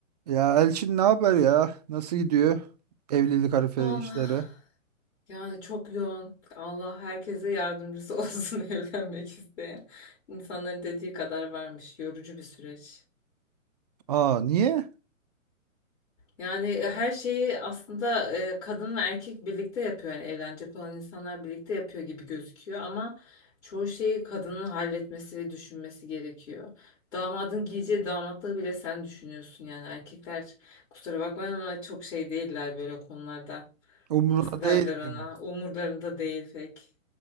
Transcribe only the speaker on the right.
Ya Elçin ne haber ya? Nasıl gidiyor evlilik harfi
işleri?
Aa niye?
Umruna
değil ki
bu.